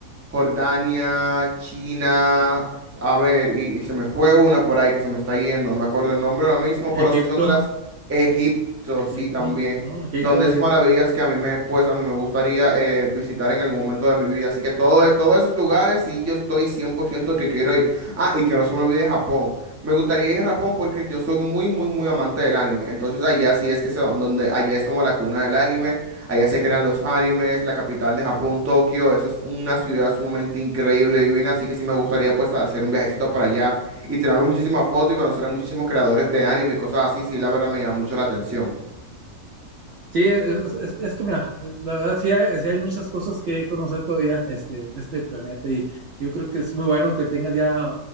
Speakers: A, on the right; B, on the right.
A: Jordania, China. A ver, y, y se me fue una por ahí que se me está yendo, no me acuerdo el nombre ahora mismo, pero
B: Egipto,
A: sí son de las Egipto,
B: Egipto,
A: sí también.
B: ¿no? Egipto,
A: Son de esas
B: eh,
A: maravillas que a mí me, pues a mí me gustaría eh, visitar en algún momento de mi vida. Así que todo, es- todos esos lugares y yo estoy 100% que quiero ir. Ah, y que no se me olvide Japón. Me gustaría ir a Japón porque yo soy muy, muy, muy amante del anime. Entonces allá sí es que se, donde, allá es como la cuna del anime. Allá se crean los animes, la capital de Japón, Tokio. Eso es una ciudad sumamente increíble, divina. Así que sí me gustaría pues hacer un viajecito por allá y tirarme muchísimas fotos y conocer a muchísimos creadores de anime y cosas así. Sí, la verdad me llama mucho la atención.
B: sí, es, es- es- es que mira, es- la verdad sí hay, sí hay muchas cosas que conocer todavía este, en este planeta y yo creo que es muy bueno que tengas ya